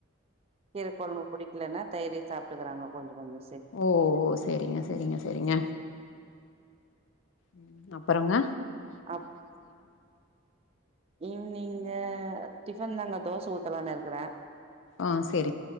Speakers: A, on the right; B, on the left.
A: கீரைக்கொழம்பு புடிக்கலன்னா தயிரு சாப் எத்துக்குறாங்க கொஞ்ச கொஞ்ச
B: ஓ செரிங்க செரிங்க செரிங்க உம் அப்புறங்க
A: அப் ஈவினிங்கு டிபன் தாங்க தோச ஊத்தலான்னு இருக்குறேன்
B: ஆஹ் செரி